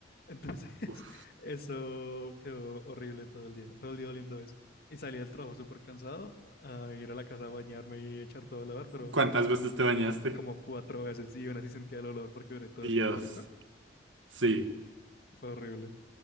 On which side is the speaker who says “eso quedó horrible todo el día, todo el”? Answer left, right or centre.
Left